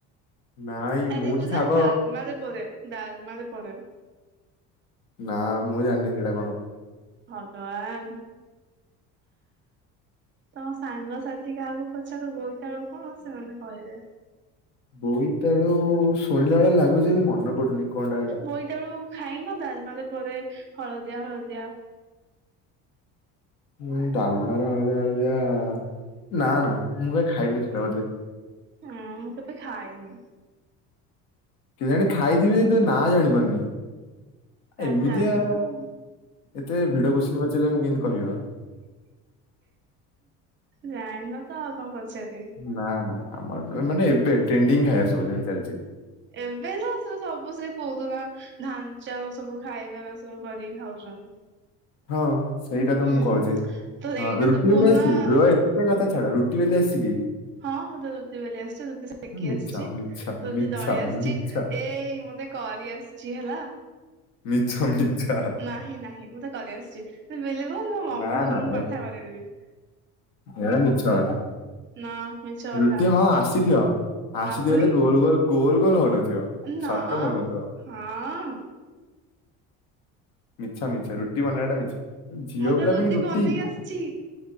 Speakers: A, on the left; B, on the right.
A: ନାଇଁ
B: ଆରେ
A: ମୁଁ ତ
B: ଯୋଉରା
A: ଶାଗ
B: ଡାଲମାରେ ପଡେ ଡାଲମାରେ ପଡେ।
A: ନା ମୁଁ ଜାଣନି ସେଇଡା କଣ।
B: ଭଗବାନ। ତମ ସାଙ୍ଗସାଥି କାହାକୁ ପଚାର ବୋଇତାଳୁ କଣ ସେମାନେ କହିବେ।
A: ବୋଇତାଳୁ ଶୁଣିଲା ଭଳିଆ ଲାଗୁଛି ହେଲେ ମନେ ପଡୁନି। କଣଟା ହେଟା?
B: ବୋଇତାଳୁ ଖାଇନ ଡାଲମାରେ ପଡ଼େ ହଳଦିଆ ହଳଦିଆ
A: ଉଁ ଡାଲମାର ହଳଦିଆ ହଳଦିଆ ନା ନା ମୁଁ କାହିଁ ଖାଇନି ସେଟା ବୋଧେ।
B: ହଁ କେବେ ଖାଇନି।
A: କେଜାଣି ଖାଇଥିବି ତ ନାଁ ଜାଣିପାରୁନି
B: ତାହେଲେ
A: ଏମିତିଆ
B: ଜାଣିନ ତ ଆଉ।
A: ଏତେ ଭିଡ କୋଷ୍ଚିନ ପଚାରିଲେ ମୁଁ କେମିତି କହିବି ବା।
B: ଜାଣିନ ତ ଆଉ କଣ ପଚାରିବି।
A: ନାଁ ନାଁ। ଆମର ମାନେ ଏବେ ଟ୍ରେଣ୍ଡିଂ ଖାଇବାସବୁ ଯାହା ଚାଲିଛି।
B: ଏବେ ତ ସବୁ ସେ ପୋଉ ନା ଧାନଚାର ସବୁ ଖାଇବା ସବୁ କରିକି ଖାଉଛନ୍ତି।
A: ହଁ ସେଇଟା ତ
B: ହୁଁ
A: ମୁଁ କହୁଛି
B: ତ
A: ହଁ
B: ଏଇଟା
A: ରୁଟି
B: ତ ପୁରୁଣା
A: ବେଲି ଆସିଚି ରୁହ ହେ। ସେ କଥା ଛାଡ ରୁଟି ବେଲି ଆସିଚି କି?
B: ହଁ ମୋତେ ରୁଟି କରି ଆସିଚି ରୁଟି ସେକି
A: ମିଛ
B: ଆସିଛି।
A: ମିଛ
B: ରୋଟି
A: ମିଛ
B: ଦଳି ଆସିଛି
A: ମିଛ
B: ଏଇ ମତେ କରି ଆସିଛି ହେଲା।
A: ମିଛ ମିଛ।
B: ନାହିଁ ନାହିଁ ମୁଁ ତ କରିଆସିଛି ବିଲିଭ୍ କରନ୍ତୁ ମୋ
A: ନା
B: ମମି ସହିତ
A: ନା
B: ମୁଁ
A: ଏ
B: କଥା କରେଇ ଦେବି।
A: ଏରା ମିଛ କଥା।
B: ନା ମିଛ କଥା
A: ରୁଟି ହଁ ଆସିଥିବ ଆସିଥିବ
B: ଆଉ ପୁଣି
A: ହେଲେ ଗୋଲ ଗୋଲ ଗୋଲ ଗୋଲ ହଉନଥିବ।
B: ନା
A: ସର୍କଲ ହଉନଥିବ
B: ହଁ।
A: ମିଛ ମିଛ ରୁଟି ବନେଇବାଟା ମିଛ। ଝିଅ
B: ମତେ
A: ପିଲା ପୁଣି ରୁଟି
B: ବନେଇ ଆସିଛି